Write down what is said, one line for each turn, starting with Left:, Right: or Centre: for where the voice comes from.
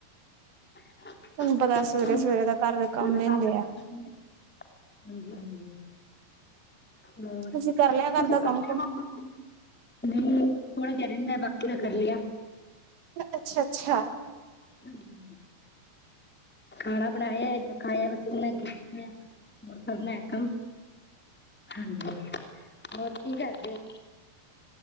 Centre: <unintelligible>
Right: ਤੁਹਾਨੂੰ ਪਤਾ ਸਵੇਰੇ ਸਵੇਰੇ ਦਾ ਘਰ ਦੇ ਕੰਮ ਹੀ ਹੁੰਦੇ ਆ
Centre: ਹਾਂਜੀ-ਹਾਂਜੀ। ਹੋਰ
Right: ਤੁਸੀਂ ਕਰ
Centre: ਤੁਸੀਂ
Right: ਲਿਆ ਘਰ ਦਾ ਕੰਮ
Centre: ਕਰ ਲਿਆ
Right: ਕੁਮ
Centre: ਘਰ ਦਾ ਕੰਮ। ਨਹੀਂ ਥੋੜ੍ਹਾ ਜ ਰਹਿੰਦਾ ਬਾਕੀ ਦਾ ਕਰ ਲਿਆ।
Right: ਅੱਛਾ-ਅੱਛਾ।
Centre: ਹਾਂਜੀ ਖਾਣਾ ਬਣਾਇਆ ਖਾਇਆ ਵਸ <unintelligible> ਹੋਰ ਕਰਨਾ ਕੰਮ ਹਾਂਜੀ ਹੋਰ ਕੀ ਕਰਦੇ ਹੋ ਤੁ